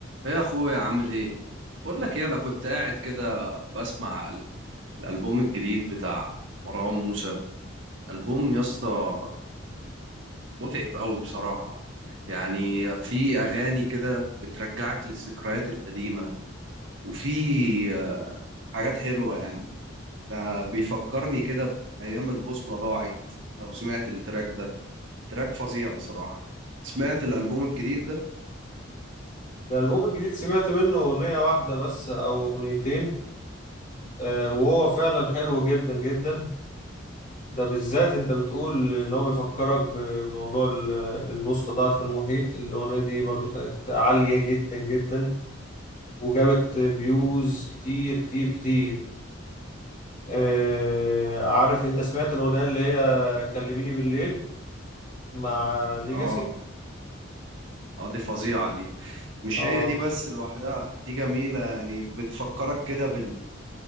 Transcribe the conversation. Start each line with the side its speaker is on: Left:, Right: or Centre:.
Right: ايه يا اخويا عامل ايه بقول لك ايه انا كنت قاعد كده بسمع ال- الالبوم الجديد بتاع مروان موسى البوم يا اسطى متعب قوي بصراحه يعني في اغاني كده بترجعك للذكريات القديمه وفي آه، حاجات حلوه يعني ده بيفكرني كده بايام البوصله ضاعت لو سمعت التراك ده تراك فظيع بصراحه سمعت الالبوم الجديد ده
Left: الألبوم الجديد سمعت منه أغنية واحدة بس أو أغنيتين آه، وهو فعلا حلو جدا جدا ده بالذات أنت بتقول إن هو بيفكرك بموضوع ال- البوصلة ضاعت في المحيط الأغنية دي برضو كانت عالية جدا جدا وجابت فيوز كتير كتير كتير آه، عارف أنت سمعت الأغنية اللي هي كلميني بالليل مع ليجاسي
Right: اه اه دي فظيعه دي مش
Left: اه
Right: هي دي بس لوحدها دي جميلة يعني بتفكرك كده بال...